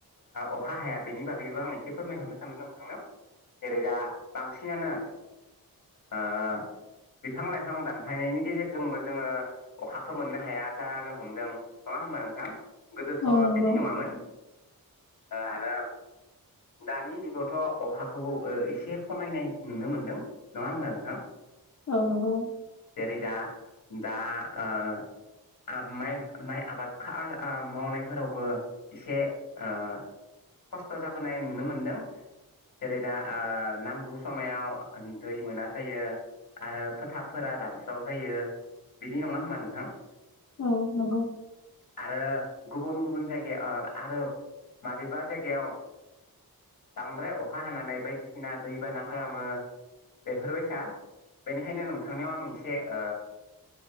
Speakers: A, on the left; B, on the left.
A: अखा हाया बेनि बागैबो आं एसे फोरमायहरनो सानदों नोंथांनाव, जेरै दा बांसिनानो, ओ बिफां लाइफां दानफायनायनि, गेजेरजोंबो जोङो अखाखौ मोननो हाया जानो हमदों नङा होमबा नोंथां, गोदोथ'
B: औ नंगौ
A: बिदि नङामोन आरो दानि जुगावथ' अखाखौबो एसे खमायनाय नुनो मोनदों नङा होमबा नोंथां,
B: औ नंगौ
A: जेरै दा दा ओ माइ माइ आबाद मावनायफोरावबो एसे ओ खस्थ' जाबोनाय नुनो मोनदों जेरै दा ओ नांगौ समायाव दै मोना जायो। आरो फोथारफोरा रानस्राव जायो बिदि नङा होमबा नोंथां,
B: औ नंगौ,
A: आरो गुबुन गुबुन जायगायाव ओ आरो माबेबा जायगायाव, बांद्राय अखा हानानै बायदिसिना दैबाना खालामो बेफोरबायसा बेनिखायनो नोंथांनि आव आं एसे ओ,